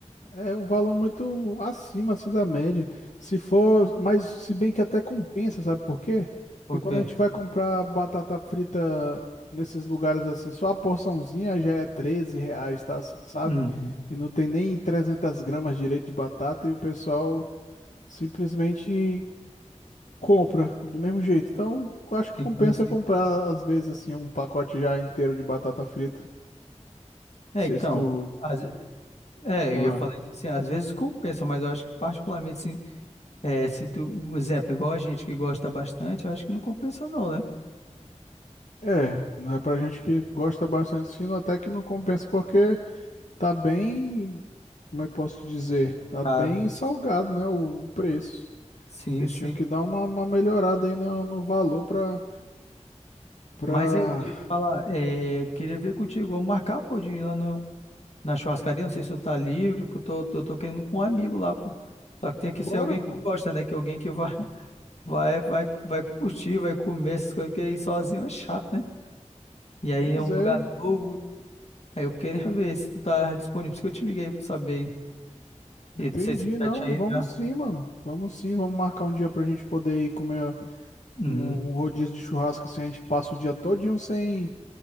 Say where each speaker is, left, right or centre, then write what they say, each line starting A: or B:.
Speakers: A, on the left; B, on the left.
A: É um valor muito acima assim da média. Se for, mas se bem que até compensa, sabe por quê? Porque
B: Porque.
A: quando a gente vai comprar batata frita nesses lugares assim, só a porçãozinha já é 13 reais, tá? S- Sabe?
B: Uhum.
A: E não tem nem 300 gramas direito de batata e o pessoal simplesmente compra do mesmo jeito. Então, eu acho
B: Tem
A: que compensa
B: isso.
A: comprar às vezes assim um pacote já inteiro de batata frita. Não
B: É,
A: sei
B: então.
A: se tu...
B: às- é,
A: ah.
B: eu ia falar isso assim, às vezes compensa, mas eu acho que particularmente, assim, É, se tu, um exemplo, igual a gente que gosta bastante, eu acho que não compensa não, né?
A: É, né, pra gente que gosta bastante de sino, até que não compensa, porque tá bem, como é que posso dizer? Tá
B: Claro.
A: bem salgado, né, o preço.
B: Sim,
A: Eles
B: sim.
A: tinham que dar uma, uma melhorada aí no, no valor pra, pra...
B: Mas aí, deixa eu te falar, é, eu queria ver contigo, vamos marcar, pô, de ir lá no, na churrascaria, não sei se tu tá livre, que eu tô, tô, tô querendo ir com um amigo lá, pô. Só que tem que
A: Bora,
B: ser alguém
A: pô.
B: que gosta, né? Que alguém que vai, <laughs> vai, vai, vai curtir, vai comer essas coisas, porque ir sozinho é chato, né? E aí
A: Pois
B: é um
A: é,
B: lugar novo, aí eu queria <laughs> ver se tu tá disponível, por isso que eu te liguei pra saber. hein?
A: entendi,
B: E não sei se tu
A: não,
B: já tinha ido
A: vamos
B: já.
A: sim, mano. Vamos sim, vamos marcar um dia pra gente poder ir comer
B: Uhum.
A: um, um rodízio de churrasco, assim, a gente passa o dia todinho sem,